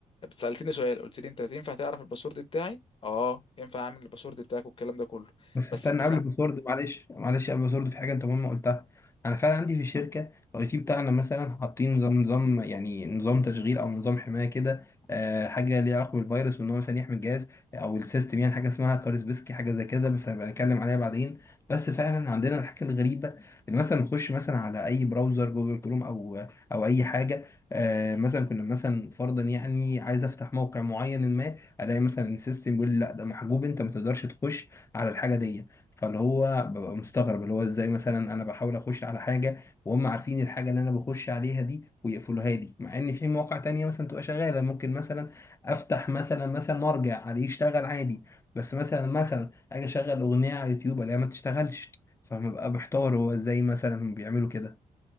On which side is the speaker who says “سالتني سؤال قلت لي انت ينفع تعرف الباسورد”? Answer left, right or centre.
Left